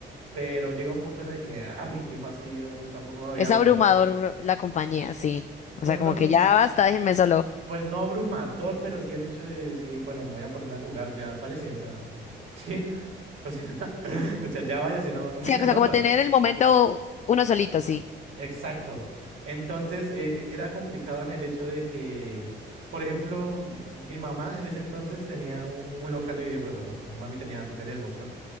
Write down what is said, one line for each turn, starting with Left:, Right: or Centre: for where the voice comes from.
Right: pero llega un punto en el que, ay, qué fastidio estar rodeado
Left: Es abrumador
Right: de...
Left: la compañía, sí.
Right: Pues
Left: O sea,
Right: no,
Left: como que ya basta, déjenme solo.
Right: pues no abrumador, pero sí el hecho de decir, bueno, me voy a poner a jugar, ya, váyase, o sea, <laughs> ¿sí? O sea, <laughs> o sea, ya váyase, no, no me
Left: Sí,
Right: interrumpa.
Left: o sea, como tener el momento uno solito, sí.
Right: Exacto. Entonces, eh, eh, era complicado en el hecho de que, por ejemplo, mi mamá en ese entonces tenía un, un local de videojuegos, ¿no? Mi mami tenía pues el Xbox, ¿no?